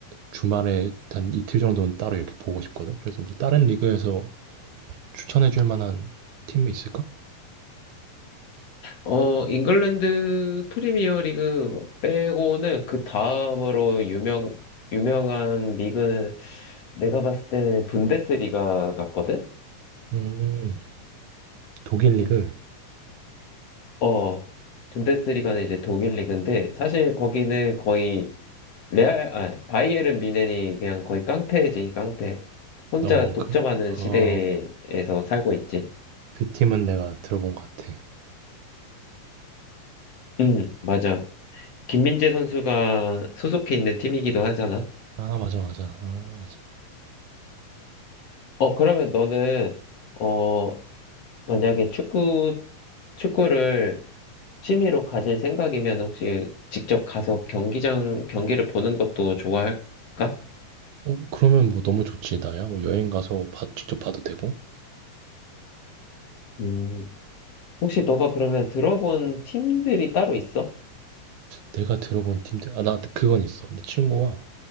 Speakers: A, on the right (about 75°); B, on the left (about 55°).
A: 주말에 한 이틀 정도는 따로 이렇게 보고 싶거든. 그래서 뭐 다른 리그에서 추천해 줄 만한 팀 있을까?
B: 어, 잉글랜드 프리미어리그 빼고는 그 다음으로 유명 유명한 리그는 내가 봤을 때는 분데스리가 같거든.
A: 음, 독일 리그.
B: 음. 어, 분데스리가는 이제 독일 리그인데 사실 거기는 거의 레알, 아, 바이에른 미헨이 그냥 거의 깡패지, 깡패. 혼자
A: 어,
B: 독점하는
A: 그,
B: 시대에서
A: 어,
B: 살고 있지.
A: 그 팀은 내가 들어본 것 같아.
B: 응, 맞아. 김민재 선수가 소속해 있는 팀이기도 하잖아.
A: 아, 맞아, 맞아. 아,
B: 어, 그러면 너는, 어, 만약에 축구, 축구를 취미로 가질 생각이면 혹시 직접 가서 경기장, 경기를 보는 것도 좋아할까?
A: 어 그러면 뭐 너무 좋지 나야. 뭐 여행 가서 봐- 직접 봐도 되고.
B: 음, 혹시 너가 그러면 들어본 팀들이 따로 있어?
A: 내가 들어본 팀들 아 나 그건 있어. 내 친구가